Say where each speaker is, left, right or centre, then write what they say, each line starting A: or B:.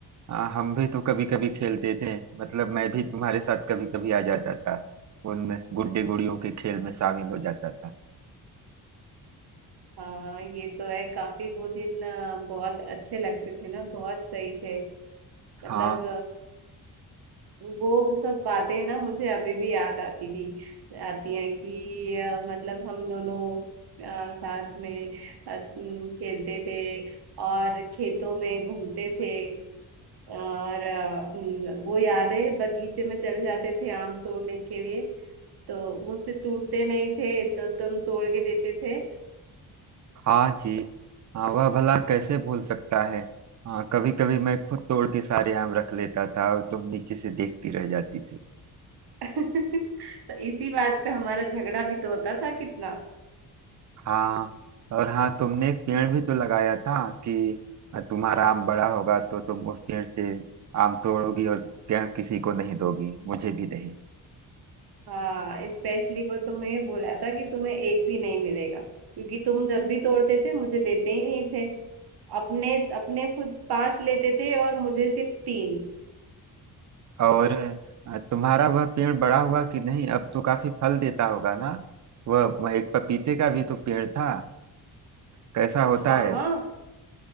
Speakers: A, on the right (about 40°); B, on the right (about 60°).
A: आ, हम भी तो कभी कभी खेलते थे मतलब मैं भी तुम्हारे साथ कभी कभी आ जाता था उन गुड्डे गुड़ियों के खेल में शामिल हो जाता था
B: हाँ ये तो है काफी वो दिन आ, बहुत अच्छे लगते थे ना बहुत सही थे मतलब
A: हाँ
B: वो तो सब बातें ना मुझे अभी भी याद आती थी आती हैं कि अ, मतलब हम दोनों अ, साथ में अ, न, खेलते थे और खेतों में घूमते थे और अ, न, वो यादें बगीचे में चले जाते थे आम तोड़ने के लिए तो मुझसे टूटते नहीं थे तो तुम तोड़ के देते थे
A: हाँ जी हाँ वह भला कैसे भूल सकता है हाँ कभी कभी मैं खुद तोड़ के सारे आम रख लेता था और तुम नीचे से देखती रह जाती थी
B: <laughs> तो इसी बात पे हमारा झगड़ा भी तो होता था कितना
A: हाँ और हाँ तुमने एक पेड़ भी तो लगाया था कि आ, तुम्हारा आम बड़ा होगा तो तुम उस पेड़ से आम तोड़ोगी और क्या किसी को नहीं दोगी मुझे भी नहीं
B: हाँ स्पेशली वो तुम्हें बोला था कि तुम्हें एक भी नहीं मिलेगा क्योंकि तुम जब भी तोड़ते थे मुझे देते ही नहीं थे अपने अपने खुद पांच लेते थे और मुझे सिर्फ तीन
A: और अ, तुम्हारा वह पेड़ बड़ा हुआ कि नहीं अब तो काफी फल देता होगा ना वह वह एक पपीते का भी तो पेड़ था कैसा होता
B: हाँ
A: है
B: हाँ